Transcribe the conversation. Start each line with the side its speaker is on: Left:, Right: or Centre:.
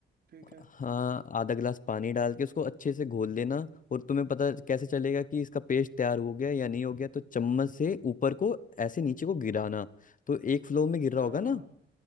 Right: ठीक है
Left: हाँ आधा गिलास पानी डाल के उसको अच्छे से घोल लेना और तुम्हें पता कैसे चलेगा कि इसका पेस्ट तैयार हो गया या नहीं हो गया तो चम्मच से ऊपर को ऐसे नीचे को गिराना तो एक फ्लो में गिर रहा
Right: हाँ
Left: होगा ना
Right: हाँ